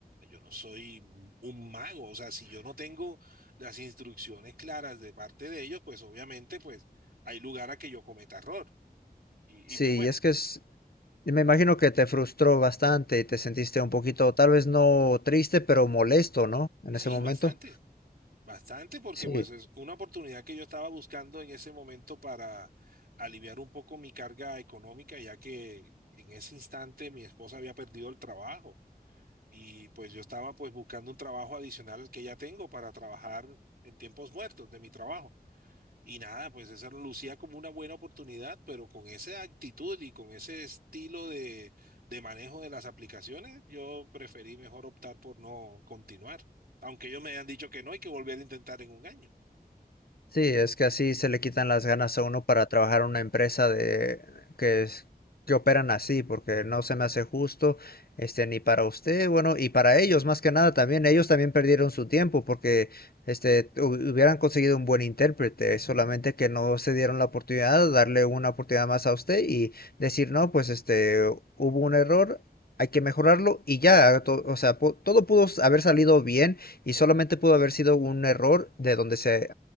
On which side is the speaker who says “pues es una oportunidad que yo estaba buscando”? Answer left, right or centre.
Right